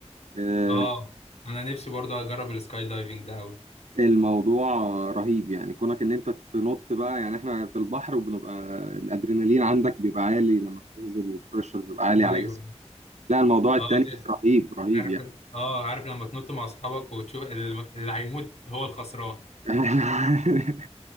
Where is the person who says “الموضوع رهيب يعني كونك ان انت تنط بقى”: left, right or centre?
Right